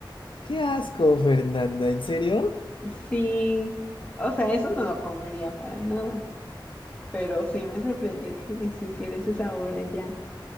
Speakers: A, on the left; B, on the left.
A: ¡Qué asco, Fernanda! ¿En serio?
B: sí. O sea, eso no lo comería para nada. pero sí me sorprendió que existiera ese sabor allá.